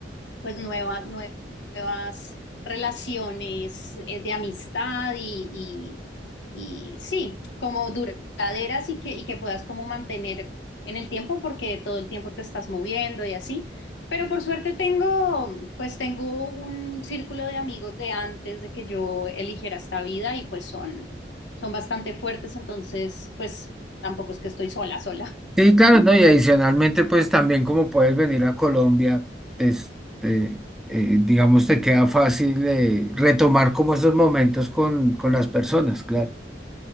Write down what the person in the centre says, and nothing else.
Sí, claro, ¿no? Y adicionalmente, pues también como puedes venir a Colombia, este, eh, digamos, te queda fácil eh, retomar como esos momentos con, con las personas, claro.